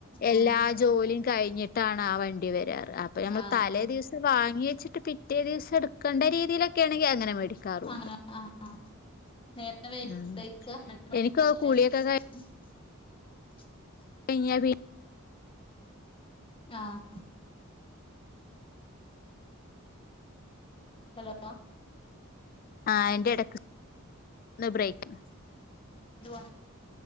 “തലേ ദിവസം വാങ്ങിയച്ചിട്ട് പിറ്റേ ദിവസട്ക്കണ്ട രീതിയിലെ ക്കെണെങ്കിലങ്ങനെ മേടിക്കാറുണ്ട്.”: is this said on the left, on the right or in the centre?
Left